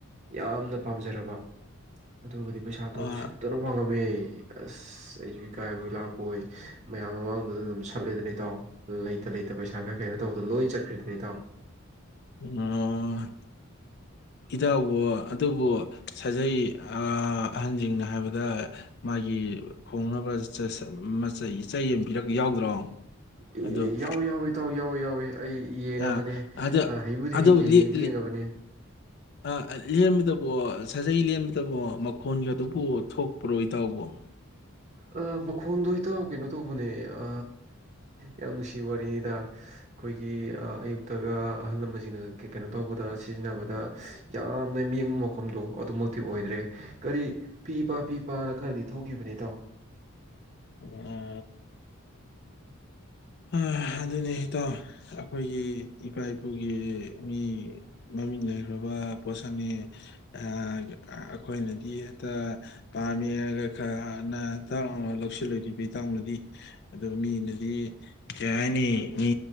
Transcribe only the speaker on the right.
ꯌꯥꯝꯅ ꯄꯥꯝꯖꯔꯕ ꯑꯗꯨꯒꯕꯨꯗꯤ ꯄꯩꯁꯥꯗꯣ
ꯁꯨꯠꯇꯅ ꯋꯥꯡꯉꯝꯃꯦ ꯑꯁ ꯑꯁ ꯑꯩꯁꯨ ꯏꯀꯥꯏꯕꯒꯤ ꯂꯥꯛꯄꯣꯏ ꯃꯌꯥꯝ ꯃꯃꯥꯡꯗꯨꯗ ꯑꯗꯨꯝ ꯁꯠꯂꯤꯦꯗꯅ ꯏꯇꯥꯎ ꯂꯩ ꯍꯦꯇ ꯂꯩꯇ ꯄꯩꯁꯥ ꯈꯔ ꯀꯩꯅꯣ ꯇꯧꯕꯗꯣ ꯂꯣꯏ ꯆꯠꯈ꯭ꯔꯗꯅꯤꯇꯥꯎ
<unintelligible>
ꯑꯦ
ꯌꯥꯎꯋ ꯌꯥꯎꯋꯦ ꯇꯥꯎꯋ ꯌꯥꯎꯋꯦ ꯌꯥꯎꯋꯦ ꯑꯩ ꯌꯦꯡꯉꯕꯅꯦ
ꯍꯩꯕꯨꯗꯤ
ꯍꯩꯇꯦ
ꯌꯦꯡꯗꯤ
ꯌꯦꯡꯉꯕꯅꯦ
ꯑ ꯃꯈꯣꯟꯗꯣ ꯍꯦꯛꯇ ꯀꯩꯅꯣ ꯇꯧꯕꯅꯦ ꯑ ꯌꯥꯝ ꯅꯨꯡꯁꯤ ꯋꯥꯔꯤꯉꯩꯗ ꯑꯩꯈꯣꯏꯒꯤ ꯑꯌꯨꯛꯇꯒ ꯑꯍꯜ ꯂꯃꯟꯁꯤꯡꯅ ꯀꯩꯅꯣ ꯇꯧꯕꯗ ꯁꯤꯖꯤꯟꯅꯕꯗ ꯌꯥꯝꯅ ꯌꯦꯡꯕ ꯃꯐꯝꯗꯣ ꯑꯗꯨꯃꯛꯇꯤ ꯑꯣꯏꯗ꯭ꯔꯦ ꯀꯔꯤ ꯐꯤ ꯄꯥ ꯐꯤ ꯄꯥꯅ ꯈꯔꯗꯤ ꯊꯣꯛꯈꯤꯕꯅꯤꯇꯣ